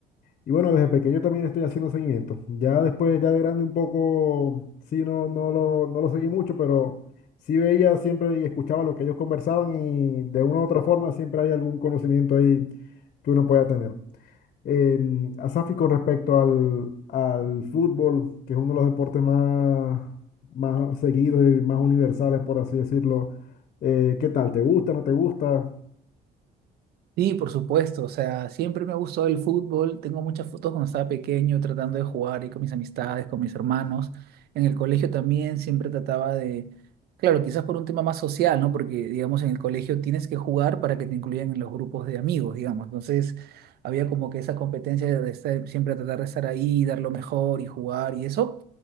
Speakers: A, on the left; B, on the right.
A: Y bueno, desde pequeño también estoy haciendo seguimiento. Ya después, ya de grande un poco, sí, no, no lo, no lo seguí mucho, pero sí veía siempre y escuchaba lo que ellos conversaban y de una u otra forma siempre hay algún conocimiento ahí que uno pueda tener. Em, Asafi, con respecto al, al fútbol, que es uno de los deportes más, más seguidos y más universales, por así decirlo, eh, ¿qué tal? ¿Te gusta? ¿No te gusta?
B: Sí, por supuesto, o sea, siempre me ha gustado el fútbol, tengo muchas fotos cuando estaba pequeño tratando de jugar y con mis amistades, con mis hermanos, en el colegio también siempre trataba de, claro, quizás por un tema más social, ¿no? Porque, digamos, en el colegio tienes que jugar para que te incluyan en los grupos de amigos, digamos, entonces había como que esa competencia de estar- siempre tratar de estar ahí, dar lo mejor y jugar y eso.